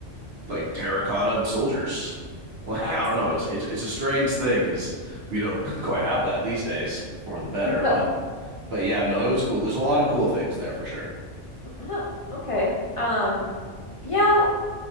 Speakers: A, on the right (about 55°); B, on the left (about 55°).
A: like terracotta soldiers. <laughs> Like,
B: Absolutely.
A: I don't know, it's it's it's a strange thing because we don't <laughs> quite have that these days for the better,
B: <laughs>
A: but
B: No.
A: but yeah, no, it was cool. There's a lot of cool things there for sure.
B: Huh. Okay. Um yeah,